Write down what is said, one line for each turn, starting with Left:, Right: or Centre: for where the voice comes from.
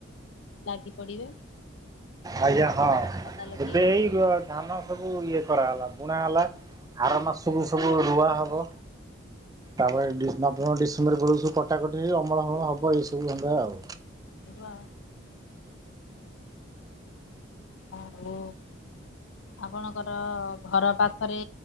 Left: ଲାଗି ପଡିବେ।
Right: ଆଜ୍ଞା ହଁ
Left: ଲଗାଲଗି
Right: ଏବେ ଏଇ ଧାନ ସବୁ ଇଏ କରାହେଲା ବୁଣା ହେଲା ଆର ମାସକୁୁ ସବୁ ରୁଆ ହବ। ତାପରେ ଡିସେ ନଭେମ୍ବର ଡିସେମ୍ବର ବେଳକୁ, ସବୁ କଟାକଟି ହୋଇ ଅମଳ ହବ ଏଇସବୁ ଧନ୍ଦା ଆଉ।
Left: ହଁ। ଓ ହୋ। ଆପଣଙ୍କର ଘର ପାଖରେ